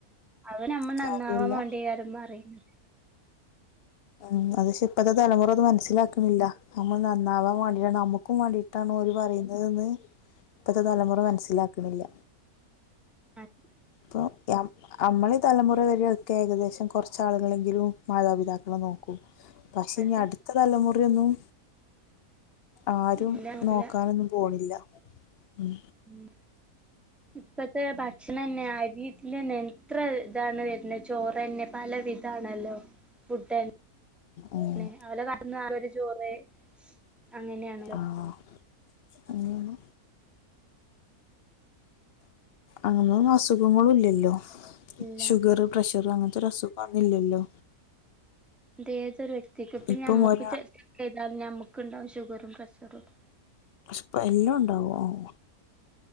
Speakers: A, in the centre; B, on the left.
A: അവൻ നമ്മൾ
B: കാര്യമില്ല
A: നന്നാവാൻ വാണ്ടി കാര്യം പറയ്ന്ന്
B: ഉം അത്ക്ഷെ ഇപ്പത്തെ തലമുറ അത് മനസ്സിലാക്ണില്ല നമ്മൾ നന്നാവാൻ വാണ്ടിട്ട നമുക്കും വേണ്ടി ട്ടാണ് ഒര് പറയുന്നതെന്ന് ഇപ്പഴത്തെ തലമുറ മനസ്സിലാക്കുന്നില്ല
A: അതെ
B: പൊ യം അമ്മളീ തലമുറ വരെയൊക്കെ ഏകദേശം കൊർച്ചാളുകളെങ്കിലും മാതാപിതാ ക്കളെ നോക്കും. പക്ഷെ ഇനി
A: അതെ
B: അടുത്ത തലമുറയൊന്നും ആരും
A: ഇല്ല നോക്കൂല
B: നോക്കാനൊന്നും പോണില്ല ഉം
A: ഉം ഇപ്പത്തെ ഭക്ഷണെന്നെ അരിതിലെഞ്ഞെ എത്രെ താണ് വെര്ണെ ചോറെന്നെ പല വിധാണല്ലോ ഫുഡ്ഡെൻ
B: ഉം.
A: ന്നെ അവല കരംന്ന് ആ ഒര് ചോറ് അങ്ങനെയാണല്ലോ
B: ആഹ് <unintelligible> നി അന്നൊന്നും അസുഖങ്ങളുംല്ലെല്ലോ
A: ഇല്ല
B: ഷുഗെറ് പ്രെഷെറ് അങ്ങൻത്തൊരസുഗം അന്നില്ലെല്ലോ
A: ഇതേതൊര് വ്യക്തിക്ക് പ്പം
B: ഇപ്പം
A: ഞമ്മുക്ക്
B: ഒരാ
A: ചെ ചെയ്താലും ഞമ്ക്ക്ണ്ടാവും ഷുഗെറും പ്രെഷെറുക്കെ
B: സ്പെല്ലുണ്ടാവു ഓഹ്